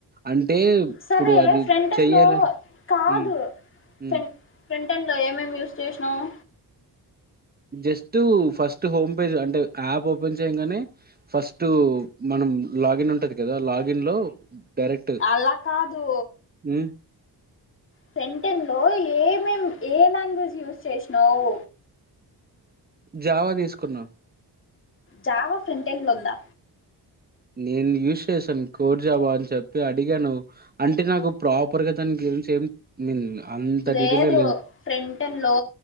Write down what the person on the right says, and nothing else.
అంటే
ఇప్పుడు అది
చెయ్యాలని
హ్మ్ హ్మ్
జస్ట్ ఫస్ట్ హోమ్ పేజ్ అంటే యాప్ ఓపెన్ చేయంగానే ఫస్ట్ మనం లాగిన్ ఉంటది కదా లాగిన్ లో డైరెక్ట్
మ్
జావా తీసుకున్నా
నేను యూస్ చేశాను కోర్ జావా అని చెప్పి అడిగాను అంటే నాకు ప్రాపర్గా దాని గురించి ఏం ఐ మీన్ అంత
డీటెయిల్ గా